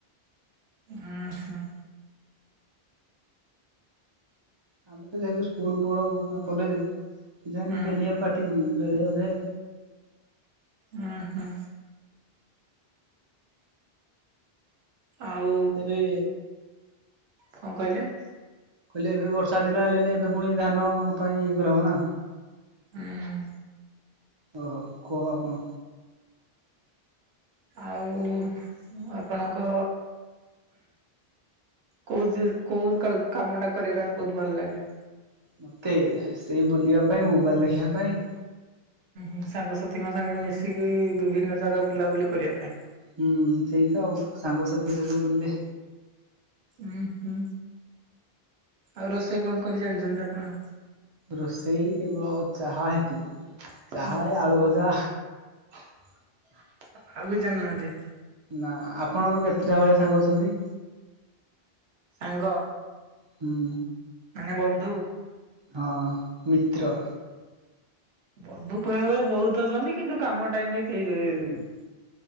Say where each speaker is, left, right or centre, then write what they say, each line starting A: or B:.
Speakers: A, on the right; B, on the right.
A: ଉଂଁହ୍ନୁ
B: ଆମେ ତ ଯେହେତୁ ସ୍କୁଲ ପଳଉ କଲେଜ <unintelligible>
A: ହୁଁ
B: ଡେଲି ଆଉ କାଟିବୁ କି ବେଳେ ଅଧେ
A: ଉଂହଁ ଆଉ
B: ଏବେ
A: କଣ କହିଲେ?
B: କହିଲେ ଏବେ ବର୍ଷା ଦିନ ହେଲେଣିି ଏବେ ପୁଣି ଧାନ ପାଇଁ ଇଏ କରାବ ନା।
A: ହଁ
B: ଓହ କୁହ ଆପଣ।
A: ଆଉ ଆପଣଙ୍କ କୋଉ କୋଉ କାମ ଟା କରିବା ପାଇଁ ବହୁତ ଭଲ ଲାଗେ?
B: ମତେ ସେଇ ବୁଲିବା ପାଇଁ ମୋବାଇଲ ଦେଖିବା ପାଇଁ।
A: ଉ ସାଙ୍ଗସାଥିଙ୍କ ସାଙ୍ଗେ ମିଶିକି ବିଭିନ୍ନ ଜାଗା ବୁଲାବୁଲି କରିବା ପାଇଁ।
B: ହୁଁ ସେଇ ତ ଆଉ ସାଙ୍ଗସାଥି ସହିତ ବୁଲିଲେ
A: ହୁଁ ହୁଁ, ଆଉ ରୋଷେଇ କଣ କରି ଜାଣିଛନ୍ତି ଆପଣ?
B: ରୋଷେଇ କେବଳ ଚାହା ହେତିକି।
A: ଆ
B: ଚାହା ଆଳୁ ଭଜା
A: କୀ ଜାଣିନାହାନ୍ତି?
B: ନା ଆପଣର କେତେଟା ଭଳିଆ ସାଙ୍ଗ ଅଛନ୍ତି?
A: ସାଙ୍ଗ
B: ହଁ
A: ମାନେ ବନ୍ଧୁ
B: ହଁ ମିତ୍ର
A: ବନ୍ଧୁ କହିବା ବଳେ ବହୁତ ଅଛନ୍ତି କିନ୍ତୁ କାମ ଟାଇମ ରେ କେହି <unintelligible>